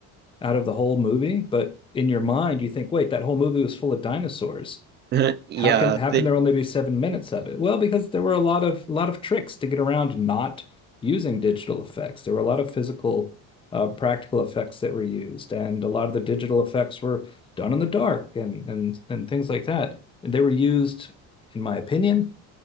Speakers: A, on the left; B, on the right.
A: out of the whole movie. But in your mind, you think, wait, that whole movie was full of dinosaurs
B: <laughs> Yeah,
A: how can how
B: the
A: can there only be seven minutes of it? Well, because there were a lot of a lot of tricks to get around not using digital effects. There were a lot of physical, uh, practical effects that were used, and a lot of the digital effects were done in the dark and and and things like that. And they were used, in my opinion,